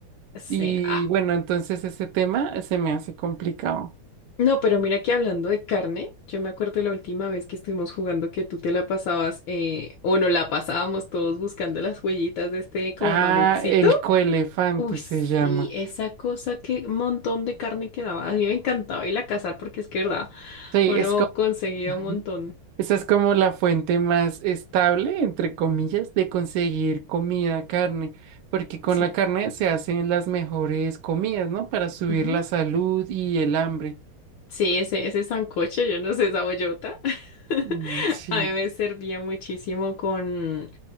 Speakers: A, on the left; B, on the right.
A: sí.
B: Y
A: Ah,
B: bueno, entonces ese tema se me hace complicado.
A: no, pero mira que hablando de carne, yo me acuerdo la última vez que estuvimos jugando que tú te la pasabas eh, o no la pasábamos todos buscando las huellitas de este como
B: Ah,
A: mamutcito.
B: el coelefante
A: Uy, sí,
B: se llama.
A: esa cosa que montón de carne quedaba. A mí me encantaba ir a cazar porque es que, verdad,
B: Sí,
A: uno
B: es como...
A: conseguía
B: <laughs>
A: un montón.
B: Esa es como la fuente más estable, entre comillas, de conseguir comida, carne, porque con
A: Sí.
B: la carne se hacen las mejores comidas, ¿no? Para subir
A: ujú.
B: la salud y el hambre.
A: Sí, ese, ese sancocho, yo no sé, esa bollota. <laughs>
B: Mm, sí,
A: A mí me servía muchísimo con,